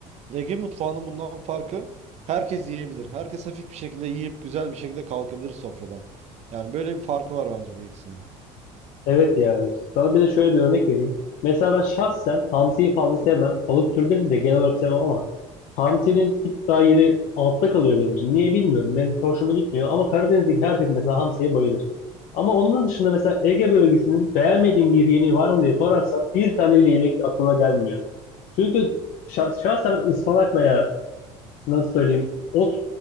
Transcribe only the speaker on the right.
Ege mutfağının bundan farkı herkes yiyebilir. Herkes hafif bir şekilde yiyip güzel bir şekilde kalkabilir sofradan. Yani böyle bir farkı var bence bu ikisinin.